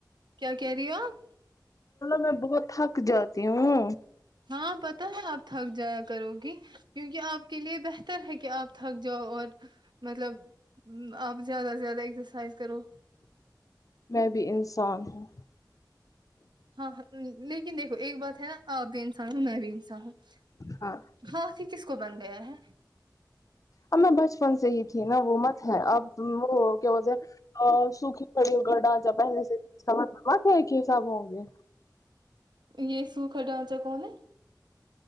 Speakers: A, on the right; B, on the left.
A: کیا کہہ رہی ہو آپ
B: میں بہت تھک جاتی ہوں
A: ہاں پتہ ہے آپ تھک جایا کرو گی کیونکہ آپ کے لیے بہتر ہے کہ آپ تھک جاؤ اور مطلب آپ زیادہ سے زیادہ ایکسرسائز کرو
B: میں بھی انسان ہوں
A: ہاں ہاں لیکن دیکھو ایک بات ہے نا آپ بھی انسان ہ میں بھی انسان ہوں
B: ہاں
A: <unintelligible> ہاں ہی کس کو بن گیا ہے
B: اب میں بچپن سے ہی تھی نا وہ مت ہے اب وہ کیا بولتے سوکھی پڑی ہو گ ڈانچہ پہلے سے ت اس کا مطلب آ ہے کہ یہ سب ہوں گے
A: یہ سو کھا ڈھانچہ کون ہے